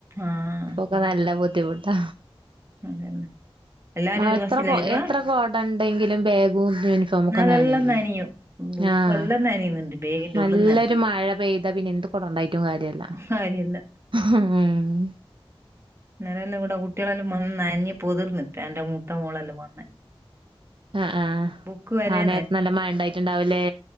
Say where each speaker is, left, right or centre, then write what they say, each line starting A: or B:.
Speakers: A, on the right; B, on the right.
A: ആഹ്
B: പ്പ നല്ല ബുദ്ധിമുട്ടാ
A: അതന്നെ എല്ലാരും
B: ആഹ്എത്ര
A: ഒരു ബസ്സിലാ
B: കോഎത്ര
A: വരുവാ
B: കോട ണ്ടെങ്കിലും ബാഗും യൂണിഫോമക്കെ
A: എന്നാലെല്ലാം
B: നാനേയില്ലേ
A: നനയും ബുക്കും
B: ആഹ്
A: എല്ലാം നനയുന്നുണ്ട് ബേഗിന്റെ
B: നല്ലൊരു
A: ഉള്ളിന്ന് തന്നെ
B: മഴ പെയ്താ പിന്നെ എന്ത് ഗുണം ഉണ്ടായിട്ടും കാര്യല്ല
A: കാര്യല്ല
B: ഹം
A: നിരല്ലാം ഇവിടെ കുട്ടിളെല്ലാം വന്ന് നനഞ്ഞ പൊതിർന്നിട്ട് എന്റെ മൂത്ത മോളെല്ലാം വന്ന്.
B: ആ് ആഹ്
A: ബുക്ക് വരെ
B: ആ നേരത്തെ നല്ല മഴ ഉണ്ടായിട്ടുണ്ടാവല്ലേ